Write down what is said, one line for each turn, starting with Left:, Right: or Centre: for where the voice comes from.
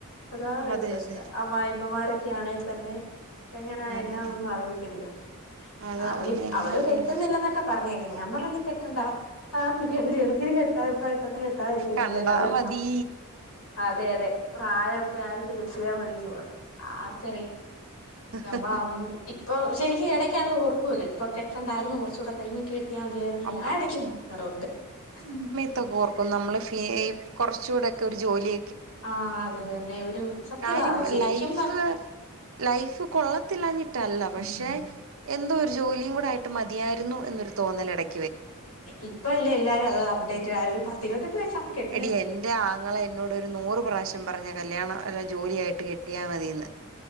Left: അതാണൊര്
Right: അതെ
Left: പ്രശ്നം
Right: അതെ
Left: അമ്മായപ്പമ്മാരൊക്കെയാണെ തന്നെ എങ്ങനാ
Right: അതെ
Left: എന്നാ
Right: അതെ
Left: ഒന്നും അറിയത്തില്ലോ
Right: അതാ
Left: അവളി
Right: പറഞ്ഞ അങ്ങനൊക്കെ
Left: അവള് കെട്ട്ന്നില്ലന്നൊക്കെ
Right: ഒരു
Left: പർഞ്ഞേക്കുന്നെ ഞാൻ പർഞ്ഞു നീ കെട്ടണ്ടാ ആഹ് ഇടയ്ക്ക് ഇടയ്ക്ക് <unintelligible> കെട്ടാതിരിക്ക്ന്നല്ലേ
Right: കണ്ടാ
Left: നല്ല പ്പാ
Right: മതി
Left: അതെ അതെ പ്രായൊക്കെ ആയിട്ട് കെട്ടിയ മതീന്ന് പറയും ആർക്കറിയാം നമ്മളന്ന്
Right: ആഹ്
Left: ഇപ്പൊ ശരിക്കും എടയ്ക്കാണേലും ഓർക്കൂലേ ഇപ്പൊ കെട്ടണ്ടാര്ന്നു കൊറച്ചൂടെ കഴിഞ്ഞ് കെ ട്ടിയാ മതിയാര്ന്നു
Right: അപ്പ
Left: ഞാൻ എടയ്ക്ക് ഓർക്കാറുണ്ട് ഉം
Right: ത്ത് ഓർക്കും നമ്മള് ഫീ ഈ കൊറച്ചൂടെക്കെ ഒരു ജോലി
Left: ആഹ് അത് തന്നെ ഒരു സത്യവാ
Right: കാര്യം
Left: ശരിക്കും
Right: ലൈഫ്
Left: പറഞ്ഞ
Right: ലൈഫ് കൊള്ളത്തില്ലാഞ്ഞിട്ടല്ല
Left: ഉം
Right: പക്ഷെ
Left: ഉം
Right: എന്തോരു ജോലീം കൂടെ ആയിട്ട് മതിയായിരുന്നു എന്നൊരു തോന്നൽ എടയ്
Left: ഇപ്പല്ലേ എല്ലാരും അത് അപ്ഡേറ്റഡ് ആയെ ഒരു പത്തിരുവത്തെട്ട് വയസ്സാവുമ്പോ കെ
Right: എടീ എന്റെ ആങ്ങള എന്നോട് ഒരു നൂറ് പ്രാവശ്യം പറഞ്ഞ കല്യാണം അല്ല ജോലിയായിട്ട് കെട്ടിയാ മതീന്ന്